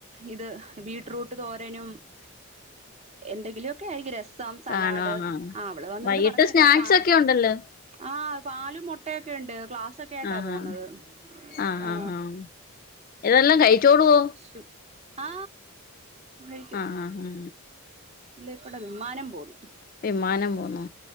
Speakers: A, on the right (about 30°); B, on the left (about 40°).
A: ഇത് ബീടറൂട്ട് തോരനും എന്തെങ്കിലുക്കെ ആരിക്കും രസ സം സലാഡ്
B: കാണും ആഹ് ആഹ്
A: ആ അവള് വന്നിർന്ന്
B: വൈകിട്ട്
A: പറഞ്ഞേക്കാം
B: സ്നാക്സ്
A: സം
B: ഒക്കെ ഉണ്ടല്ലോ
A: ആ പാലും മുട്ടയൊക്കെ ഉണ്ട് ക്ലാസ്സൊക്കെ ആായിട്ടാ
B: ആഹ്
A: പോകുന്നത്
B: ആഹ് ആഹ്
A: ആ
B: ആഹ് ആഹ് ഇതെല്ലാം കഴിച്ചോടുവോ
A: ശു ആ കഴിക്കും
B: ആ ആ ആ
A: ഇല്ല ഇപ്പടെ വിമാനം പോന്നു
B: വിമാനം പോന്നോ